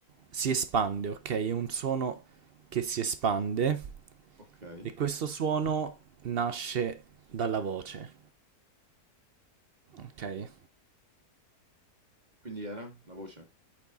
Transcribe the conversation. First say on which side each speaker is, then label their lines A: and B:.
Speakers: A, on the right (about 60°); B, on the right (about 25°).
A: si espande, ok? È un suono che si espande
B: Ok.
A: e questo suono nasce dalla voce, ok?
B: Quindi era la voce?